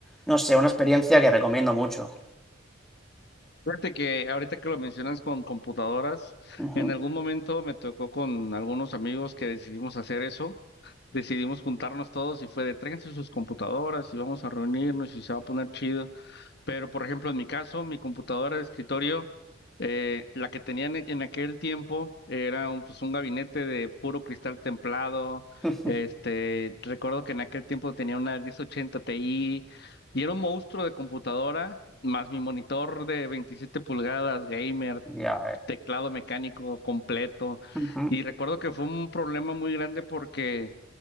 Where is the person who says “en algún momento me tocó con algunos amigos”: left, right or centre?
Left